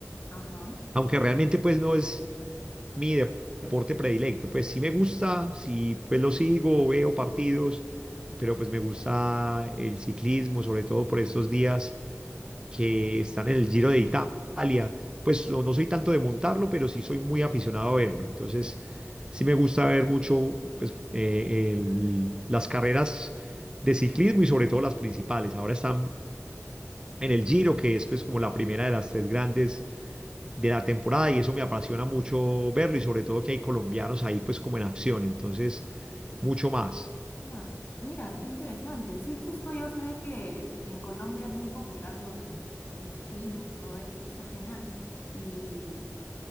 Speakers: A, on the left; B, on the right.
A: Ajá.
B: Aunque realmente pues no es mi dep- deporte predilecto, pues sí me gusta, sí pues lo sigo, veo partidos, pero pues me gusta el ciclismo, sobre todo por estos días que están en el Giro de Italia. Pues no, no soy tanto de montarlo, pero sí soy muy aficionado a verlo. Entonces, sí me gusta ver mucho pues, eh, el- las carreras de ciclismo y sobre todo las principales. Ahora están en el Giro, que es pues como la primera de las tres grandes de la temporada y eso me apasiona mucho verlo y sobre todo que hay colombianos ahí pues como en acción. Entonces, mucho más.
A: Ah, mira, qué interesante. Sí, justo yo sé que, que en Colombia es muy popular lo del el ciclismo y todo eso, está genial. Y